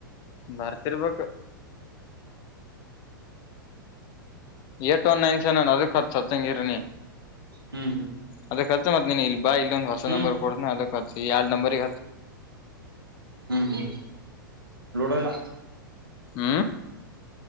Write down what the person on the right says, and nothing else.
ಹ್ಮ್ ಹ್ಮ್
ಹ್ಮ್
ಹ್ಮ್ ಹ್ಮ್ ಲೂಡೋ ಎಲ್ಲ